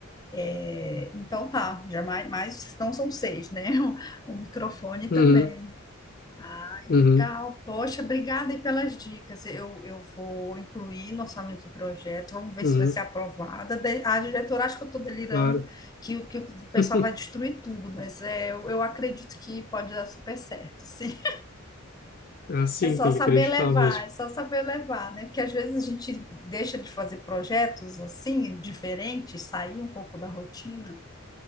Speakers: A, on the left; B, on the left.
A: É, então tá, já mais, mais então são seis, né? <laughs> O, microfone também.
B: Uhum,
A: Ah,
B: uhum,
A: legal. Poxa, obrigada aí pelas dicas. Eu, eu vou incluir no orçamento do projeto. Vamos ver
B: uhum,
A: se vai ser aprovada. De- A diretora acha que eu estou delirando,
B: claro.
A: que, o- que o pessoal
B: <laughs>
A: vai destruir tudo, mas é, eu, eu acredito que pode dar super certo, sim.
B: Ah, sim,
A: É só
B: tem
A: saber
B: que acreditar
A: levar,
B: mesmo.
A: é só saber levar, né? Porque às vezes a gente deixa de fazer projetos assim, diferentes, sair um pouco da rotina.